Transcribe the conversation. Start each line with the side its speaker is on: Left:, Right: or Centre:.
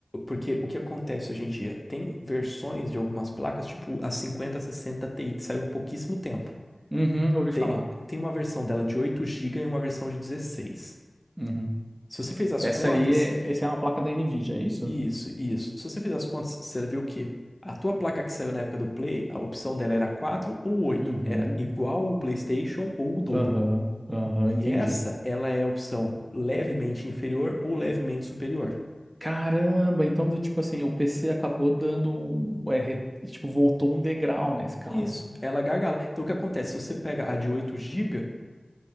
Left: Porque o que acontece hoje em dia? Tem versões de algumas placas, tipo a 5060 Ti, que saiu há pouquíssimo tempo.
Right: Uhum, ouvi
Left: Tem,
Right: falar.
Left: tem uma versão dela de 8 gigas e uma versão de dezesseis
Right: Uhum.
Left: Se você fez as
Right: Essa
Left: contas,
Right: aí é, essa é uma placa da Nvidia, é isso?
Left: Isso, isso. Se você fizer as contas, você viu que a tua placa que saiu na época do Play, a opção dela era 4 ou oito
Right: Uhum,
Left: Era igual o PlayStation ou o dobro.
Right: aham, aham,
Left: E
Right: entendi.
Left: essa, ela é a opção levemente inferior ou levemente superior.
Right: Caramba, então do tipo assim, o PC acabou dando, um- é, re- tipo, voltou um degrau na escala.
Left: Isso, ela gargala. Então o que acontece? Se você pega a de 8 GB,